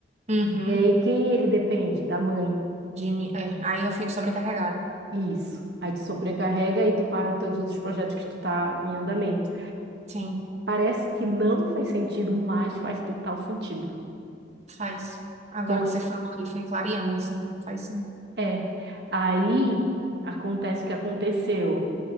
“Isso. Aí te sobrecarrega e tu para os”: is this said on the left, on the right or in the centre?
Right